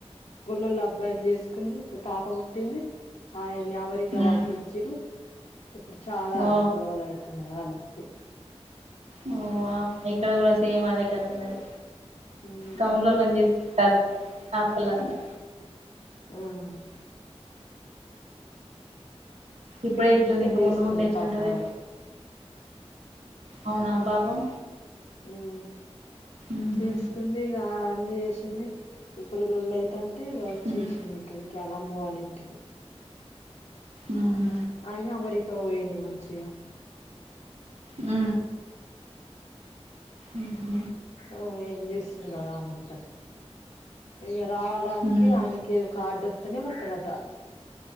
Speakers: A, on the left; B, on the right.
A: గొల్లళ్ళ అబ్బాయి చేసుకుంది ఇప్పుడు పాప పుట్టింది ఆయినామె ఇక
B: ఉమ్
A: పంపించిరు ఇప్పుడు చాలా
B: ఓ
A: గొడవలు అయితున్నాయ్ ఆళ్ళకి
B: ఓ ఇక్కడ కూడా సేమ్ అదే కతున్నది
A: ఉమ్
B: తవుళోళ్ళని జేస్ టా ఆ పలన్నా
A: హ్మ్
B: ఇప్పుడే
A: ప్రేమించి
B: ఇట్లుంది
A: పెళ్లి
B: ఇంకా ముందు
A: చేసుకుంది
B: ముందు ఎట్లుంటదో
A: పాపం ఆమె
B: అవునా పాపం
A: మ్
B: ఉహు
A: చేసుకుంది ఇగ అన్నీ చేసింది ఇప్పుడు లొళ్ళి అయితాంటే వచ్చేసింది
B: హ్మ్.
A: ఇక్కడికి ఆలమ్మ వాళ ఇంటికి
B: మ్ హు
A: అయిన అమెరికా పోయిడి మంచిగ
B: మ్ మ్ హు
A: ఓ ఏం చేస్తున్నావ్ అమెరికాలో ఇంక రావ దానికి
B: హ్మ్.
A: ఆయనకి ఏదో ఒక కార్డు ఇత్తెనే వత్తడట